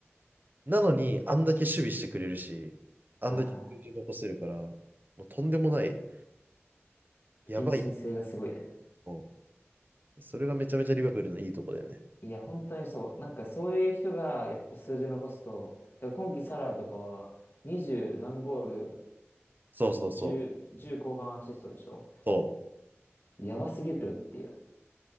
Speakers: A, on the right; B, on the left.
A: なのに、あんだけ守備してくれるし、あんだけ数字残せるから、
B: ああ、
A: もうとんでもない、やばいやつ
B: 献身性がすごいね。
A: をそれがめちゃめちゃリバプールのいいとこだよね。
B: いや、本当にそう。なんかそういう人がやっぱ数字残すと、だから今季サラとかは20何ゴール、
A: そうそうそう。
B: 10、じゅう後半アシストでしょ
A: そ
B: やばすぎるっていう。